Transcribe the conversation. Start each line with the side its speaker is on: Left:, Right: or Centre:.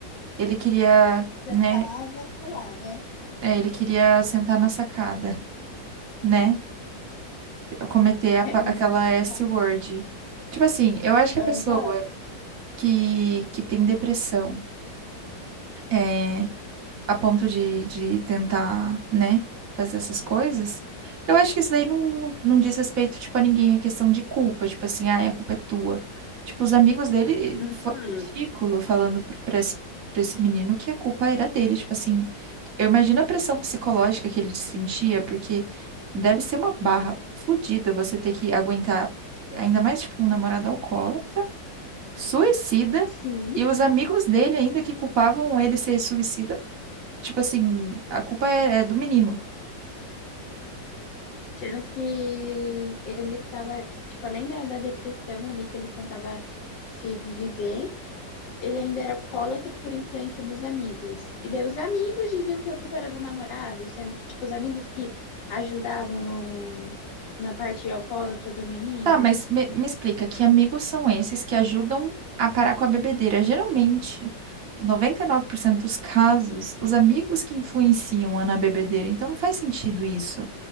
Right: ele queria, né,
Left: tava, pular, né?
Right: é, ele queria sentar na sacada, né? Cometer
Left: <laughs>
Right: a pa-
Left: Era a menina
Right: aquela
Left: do
Right: S-word.
Left: sapato.
Right: Tipo assim, eu acho que
Left: Aham.
Right: a pessoa que que tem depressão é, a ponto de, de tentar, né, fazer essas coisas. Eu acho que isso daí não, não, não diz respeito, tipo, a ninguém, é questão de culpa, tipo assim, ah, a culpa é tua. Tipo, os amigos dele
Left: Uhum.
Right: foi ridículo falando pra pra esse, pra esse menino que a culpa era dele, tipo assim, eu imagino a pressão psicológica que ele sentia, porque deve ser uma barra fodida você ter que aguentar, ainda mais, tipo, um namorado alcoólatra, suicida,
Left: Sim.
Right: e os amigos dele ainda que culpavam ele ser suicida Tipo assim, a culpa é, é do menino.
Left: Sendo que ele tava, tipo, além da, da depressão ali, que ele tentava se desviver, ele ainda era alcoólatra por influência dos amigos. E daí os amigos diziam que a culpa era do namorado, sendo que, tipo, os amigos que ajudavam no, na parte alcoólatra do menino.
Right: Tá, mas me, me explica, que amigos são esses que ajudam a parar com a bebedeira? Geralmente, 99% dos casos, os amigos que influenciam a na bebedeira. Então não faz sentido isso.